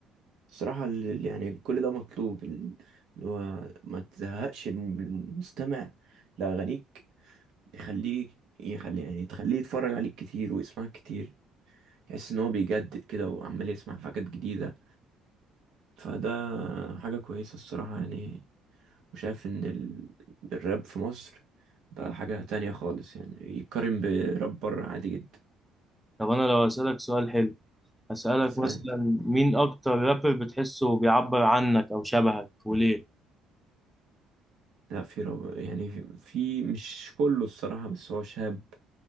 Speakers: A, on the right; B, in the centre.
A: الصراحة ال- يعني كل ده مطلوب ال- اللي هو ما تزهقش الم- المستمع لأغانيك تخليك يخلي يعني تخليه يتفرج عليك كتير ويسمعك كتير تحس إن هو بيجدد كده وعمال يسمع في حاجات جديدة فده حاجة كويسة الصراحة يعني وشايف إن ال- الراب في مصر بقى حاجة تانية خالص يعني يتقارن براب بره عادي جدا
B: طب انا لو اسالك سؤال حلو أسألك
A: تسألني
B: مثلا مين أكتر رابر بتحسه بيعبر عنك أو شبهك وليه؟
A: لا في رو... يعني في... في مش كله الصراحة بس هو شاب